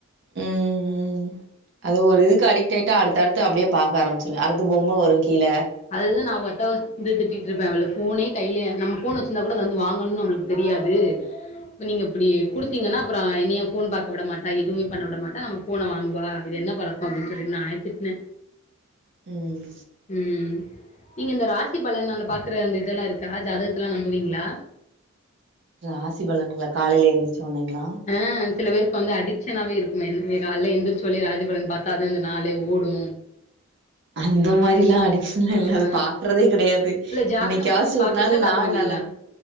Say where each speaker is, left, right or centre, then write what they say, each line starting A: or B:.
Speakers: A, on the right (about 60°); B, on the left (about 35°).
A: ம் ம் அது ஒரு இதுக்கு அடிக்ட் ஆயிட்டா அடுத்தடுத்து அப்படியே பாக்க ஆரம்பிச்சு அடுத்து பொம்ம வரு கீழ
B: அதுதா நா அவுங்க அத்தாவ வந்து திட்டிட்டு இருப்பே போனே கையில நம் போன் வச்சுந்தா கூட அத வந்து வாங்கனு நம்ளுக் தெரியாது இப்ப நீங்க இப்படி குடுத்தீங்கன்னா அப்புற என்னைய போன் பாக்க விட மாட்டா எதுமே பண்ண விட மாட்டா நம்ம போன வாங்குவா இது என்ன பழக்கம் அப்படின்னு சொல்லிட்டு நானே திட்ன
A: ம்
B: ம் நீங்க இந்த ராசி பலன் நாங்க பாக்குற அந்த இதெல்லா இருக்கா ஜாதகத்தெலா நம்புவீங்களா
A: ராசிபலனுங்கள காலைல எழுந்திச்சோனேங்ளா
B: ஆ சில பேருக்கு வந்து அடிக்ஸனாவவே இருக்குமே கால்லே எந்திரிச்சோலே ராசி பலன் பாத்தா அது நாளே ஓடு
A: அந்த மாரிலா அடிக் இல்ல இல்ல
B: ஆ
A: அது பாக்குறதே கெடையாது
B: இல்ல ஜாதகம்லா
A: என்னைக்கயாச்சு
B: போய் பாப்பீங்களா
A: ஒரு நாள்
B: பாக்க
A: நாள்
B: மாட்டீங்களா
A: நல்லா